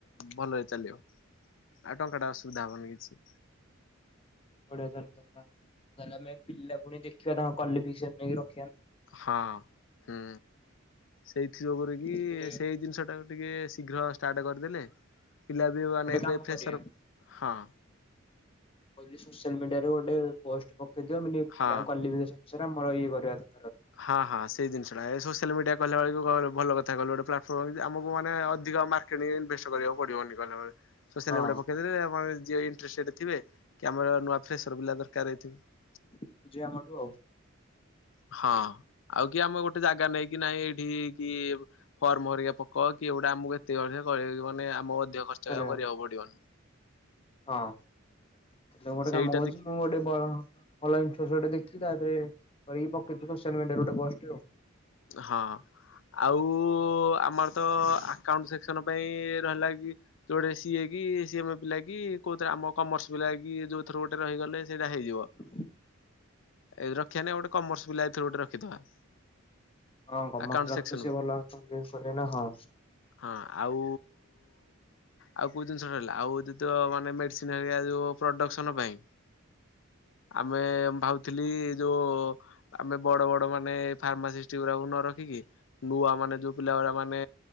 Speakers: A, on the left (about 60°); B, on the left (about 25°).
A: ଭଲ ହେଇ ଚାଲିବ। ଆଉ ଟଙ୍କା ଟା ଅସୁବିଧା ହବନି କିଛି।
B: ବଢିଆ ଚାଲୁଲା ତାହେଲେ ଆମେ ପିଲା ପୁଣି ଦେଖିବା ତାଙ୍କ କଵାଲିଫିକେସନ ନେଇ ର
A: ହଁ ହୁଁ। ସେଇଥି ଯୋଗୁରୁ କି
B: ସେ
A: ସେଇ ଜିନିଷ ଟା ଟିକେ ଶୀଘ୍ର ଷ୍ଟାର୍ଟ କରି ଲେ ପିଲା ବି ମାନେ
B: ଗୋଟେ
A: ଏବେ
B: କାମ
A: ଫ୍ରସର
B: କରିବା
A: ହଁ
B: କହିଲି ସୋଶିଆଲ ମିଡିଆରେ ଗୋଟେ ପୋଷ୍ଟ ପକେଇ ଦିଅ ମାନେ ପିଲାଙ୍କ
A: ହଁ।
B: କ୍ୱାଲିଫିକେସନ ଅନୁସାରେ ଆମର ଇଏ କରିବା ଏଥ
A: ହଁ ହଁ ସେଇ ଜିନିଷଟା ଏ ସୋସିଆଲ ମିଡିଆ କଲା ବେଳକୁ କଣ ଭଲ କଥା କହିଲୁ ଗୋଟେ ପ୍ଲାଟଫର୍ମ ଯେ ଆମୁକୁ ମାନେ ଅଧିକ ମାର୍କେଟିଙ୍ଗରେ ଇନଭେଷ୍ଟ କରିଆକୁ ପଡିବନି କଲାବେଳେ ସୋସିଆଲ
B: ହଁ
A: ମିଡ଼ିଆରେ ପକେଇ ଦେଲେ ଆମର ଯିଏ ଇଣ୍ଟରେଷ୍ଟଟେଡ୍ ଥିବେ କି ଆମର ନୂଆ ଫ୍ରେସର ପିଲା ଦରକାର ହେଇଥିବ
B: ବୁଝିବେ ଆମଠୁ ଆଉ।
A: ହଁ ଆଉ କି ଆମ ଗୋଟେ ଜାଗା ନେଇକି ନାଇଁ ଏଇଠି କି ଫର୍ମ ହରିକା ପକ କି ଏଇଗୁଡ଼ା ଆମୁକୁ ଏତେ ଅରେ କରି ମାନେ ଆମୁକୁ ଅଧିକ ଖର୍ଚ୍ଚ
B: କରିବା
A: ଆଉ କରିଆକୁ ପଡିବନି।
B: ହଁ ଦେଖ ମୁଁ ଗୋଟେ
A: ସେଇଟା
B: କାମ କରୁଚି
A: ଦେଖି
B: ମୁଁ ଗୋଟେ ଭଲ ଅନଲାଇନ <unintelligible> ଦେ ଚି ତା ଧେରେ କରିକି ପକେଇଚୁ ସୋସିଆଲ ମିଡିଆ ରେ ଗୋଟେ ପୋଷ୍ଟଟେ ଆଉ।
A: ହଁ ଆଉ ଆମର ତ ଆକାଉଣ୍ଟ ସେକ୍ସନ ପାଇଁ ର ହେଲା କି ଯୋଉ ଗୋଟେ ସିଏ କି ସିଏ ମ ପିଲା କି କୋଉଥି ଆମ କମର୍ସ ସ୍ ପିଲା କି ଯୋଉଥିରୁ ଗୋଟେ ରହିଗଲେ ସେଇଟା ହେଇଯିବ।
B: ହଁ।
A: ଏ ରଖିଆ ନାଇ ଆଉ ଗୋଟେ କମର୍ସ ପିଲା ଭିତରୁ ଗୋଟେ ରଖିଦବା।
B: ହଁ କମର୍ସ
A: ଆକାଉଣ୍ଟ
B: ରଖିଲେ
A: ସେକ୍ସନକୁ
B: ସିଏ ଅଲଗା କଣ କେମି କରି ଆଇଁଲା ହଁ।
A: ହଁ ଆଉ ଆଉ କୋଉ ଜିନିଷ ରହିଲା ଆଉ ହଉଚି ତ ମାନେ ମେଡିସିନ୍ ହେରିକା ଯୋଉ ପ୍ରଡକ୍ସନ ପାଇଁ। ଆମେ ମୁଁ ଭାବଥିଲି ଯୋଉ ଆମେ ବଡ ବଡ ମାନେ ଫାର୍ମାସିଷ୍ଟ୍ ସେଗୁରାଙ୍କୁ ନ ରଖିକି ନୂଆ ମାନେ ଯୋଉ ପିଲା ଗୁଡା ମାନେ